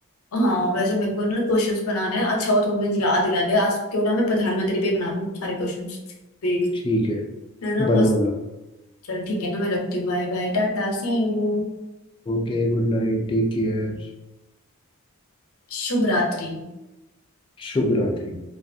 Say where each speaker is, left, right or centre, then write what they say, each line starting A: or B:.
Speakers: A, on the left; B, on the left.
A: हाँ वैसे मेरे को ना क्वेश्चंस बनाने हैं अच्छा हुआ तो मुझे याद दिला दे आज क्यों ना मैं प्रधानमंत्री पे ही बना दूं सारे क्वेश्चंस देख
B: ठीक है
A: है ना
B: बना
A: मस्त
B: बना
A: चलो ठीक है ना मैं रखती हूँ bye bye tata see you
B: Okay good night take care
A: शुभ रात्रि
B: शुभ रात्रि